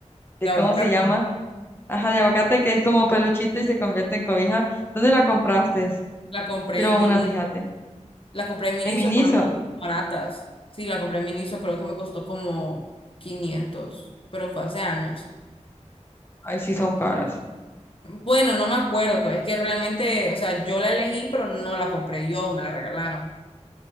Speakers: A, on the left (about 20°); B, on the left (about 50°).
A: de
B: De aguacate.
A: ¿cómo se llama? Ajá, de aguacate, que es como peluchito y se convierte en cobija. ¿Dónde la compraste?
B: La compré
A: Quiero
B: en Miniso.
A: una, fíjate.
B: La compré en Miniso,
A: En Miniso.
B: pero no baratas. Sí, la compré en Miniso. Creo que me costó como 500 pero fue hace años.
A: Ay, sí, son caras.
B: Bueno, no me acuerdo. Es que realmente, o sea, yo la elegí, pero no la compré yo. Me la regalaron.